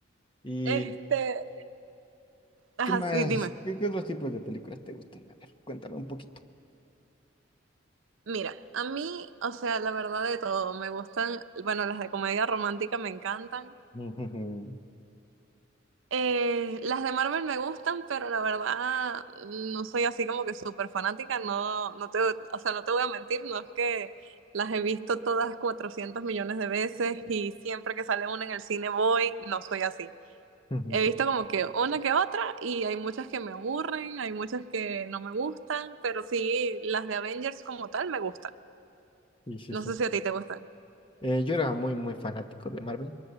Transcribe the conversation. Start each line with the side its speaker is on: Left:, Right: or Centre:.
Left: ¿Y
Right: Este, ajá,
Left: qué más?
Right: sí, dime.
Left: ¿Qué, qué otros tipos de películas te gustan? A ver, cuéntame un poquito.
Right: Mira, a mí, o sea, la verdad de todo, me gustan, bueno, las de comedia romántica me encantan.
Left: <laughs> Ujú,
Right: Eh, las de Marvel me gustan, pero la verdad no soy así como que súper fanática, no, no te, o sea, no te voy a mentir, no es que las he visto todas 400 millones de veces y siempre que sale una en el cine voy, no soy así.
Left: ujú,
Right: He
Left: Ok,
Right: visto como que una que otra y hay muchas que me aburren, hay muchas que no me gustan, pero sí, las de Avengers como tal me gustan.
Left: Sí, sí, sí.
Right: No sé si a ti te gustan.
Left: Eh, yo era muy, muy fanático de Marvel.